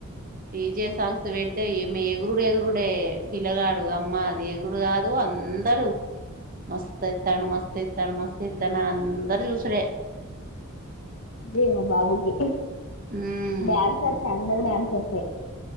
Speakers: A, on the right; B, on the left.
A: డిజే సాంగ్స్ వే తే ఇమె ఎగురుడు ఎగురుడే పిల్లగాడు అమ్మా అది ఎగురుడు కాదు అం దరు మస్స్ తైతన్ మస్స్ తై త్తన్ మస్త్ తెత్తన్ అని అందరు చూసుడే
B: ఏమ బాబుకి
A: ఉమ్
B: డాన్సొచ్చ అందరు డాన్స్ సయ్